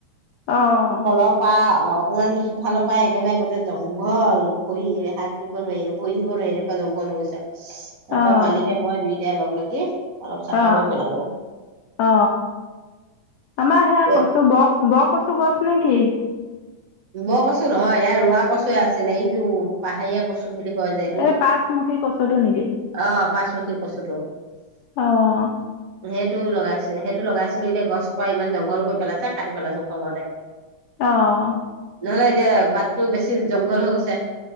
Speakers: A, on the left; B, on the right.
A: অ',
B: উপৰ পা অকমান সিফালৰ পা একেবাৰে গোটেই জংঘল ভৰি হাত দিব নোৱাৰি ভৰি দিব নোৱাৰি এনেকোৱা জংঘল হৈ গৈছে। তাৰপা
A: অ',
B: মালিকে মই দুই টাই এতিয়া লগ লাগি অলপ চাফা
A: অ
B: কৰি পেলালো
A: অ আমাৰ সেয়াই
B: এ
A: কছো ব ব কচু গছ নেকি?
B: বকচু নহয় ইয়াৰ ৰোৱা কচুৱে আছিলে এইটো পাহাৰীয়া কচু বুলি কয় যে এইটো
A: এ পাঁচমুখী কচুতো নেকি?
B: অ পাঁচমুখী কচুটো
A: অহ।
B: সেইটো লগাইছো সেইটো লগাইছিলো এতিয়া গছজোপা ইমান জংঘল কৰি পেলাইছা কাটি পেলাইছো খঙতে।
A: অহ
B: নহলে এতিয়া বাটটো বেছি জংঘল হৈ গৈছে।